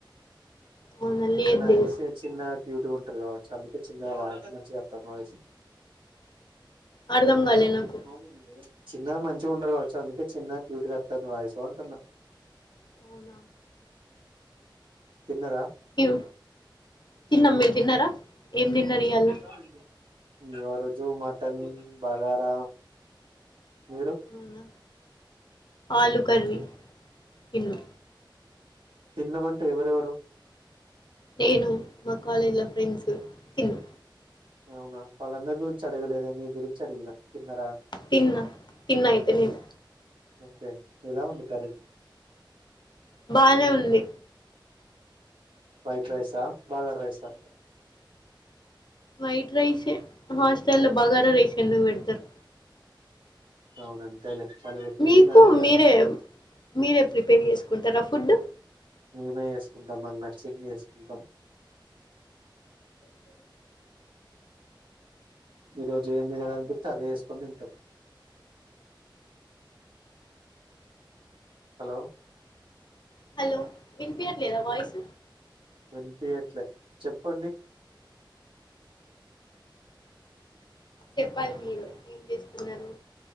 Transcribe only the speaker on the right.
అంటే
నాకు
తెలిసి చిన్నగా క్యూటిగా ఉంటారు కావచ్చు అందుకే చిన్న వాయి మంచిగ వస్తుంది వాయిస్ <unintelligible>
చిన్నగా మంచిగుంటది కావచ్చు అందుకే చిన్న క్యూటంగొత్తంది వాయిసు అంటున్నా
తిన్నారా
చాలు ఇంగా ఇంగ ఆ రోజు మటన్ బగారా మీరు
తిన్నం అంటే ఎవరెవరు
అవునా వాళ్ళందరి గురించి అడగలేదే మీ గురించి అడిగినా తిన్నారా అని
ఓకే ఎలా ఉంది కర్రీ
వైట్ రైస్ ఆ బగార్ రైస్ ఆ
అవును అంతేలే వాళ్ళు పెట్టింది
తినాలి ఇగ
మనం
మేమే ఏసుకుంటాం మాకు నచ్చింది చేసుకుంటాం
ఈ రోజు ఏం తినాలనిపిత్తే అదే చేస్కొని తింటాం హలో
విన్పియ్యట్లే చెప్పండి